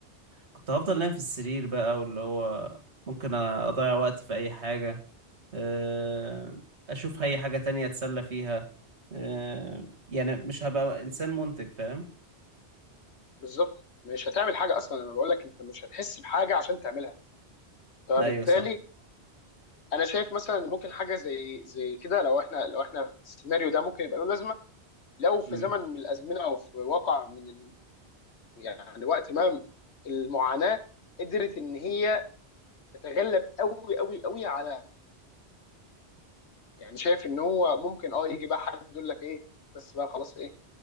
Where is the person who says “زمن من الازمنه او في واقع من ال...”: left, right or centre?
Left